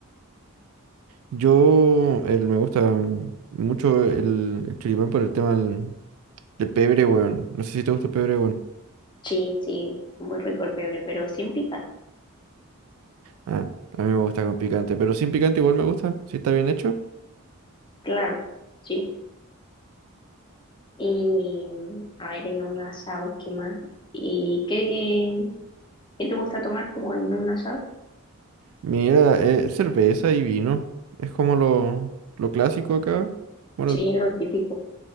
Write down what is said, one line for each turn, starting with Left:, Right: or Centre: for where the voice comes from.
Right: Yo, el, me gusta mm, mucho el, el choripán por el tema del, del pebre, weón. No sé si te gusta el pebre, weón.
Left: Sí, sí, muy rico el pebre, pero sin picar,
Right: Ah, a mí me gusta con picante, pero sin picante igual me gusta, si está bien hecho.
Left: claro, sí. Y mm, a ver, en un asado, ¿qué más? ¿Y qué, qué te gusta tomar como en un asado?
Right: Mira, eh, cerveza y vino. Es como lo, lo clásico acá. Bueno,
Left: Sí, lo típico,